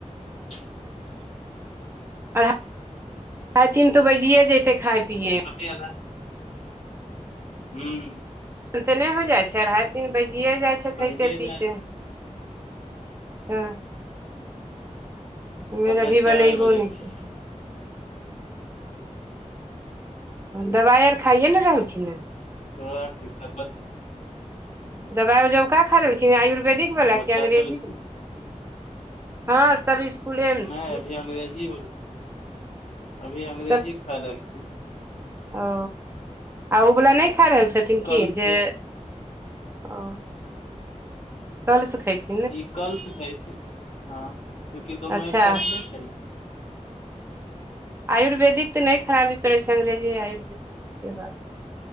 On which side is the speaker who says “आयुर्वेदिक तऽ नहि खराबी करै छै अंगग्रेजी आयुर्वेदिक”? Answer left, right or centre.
Right